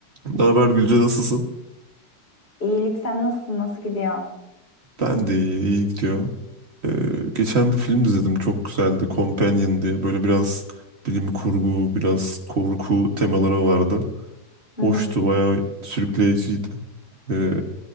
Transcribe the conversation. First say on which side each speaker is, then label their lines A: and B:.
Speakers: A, on the right (about 35°); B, on the left (about 30°).
A: Ne haber Gülce nasılsın?
B: İyilik sen nasılsın? Nasıl gidiyor?
A: Ben de iyi, iyi gidiyor. Ee, geçen bir film izledim çok güzeldi Companion diye. Böyle biraz bilim kurgu, biraz korku temaları vardı.
B: Hı
A: Hoştu,
B: hı,
A: bayağı sürükleyiciydi. Ee,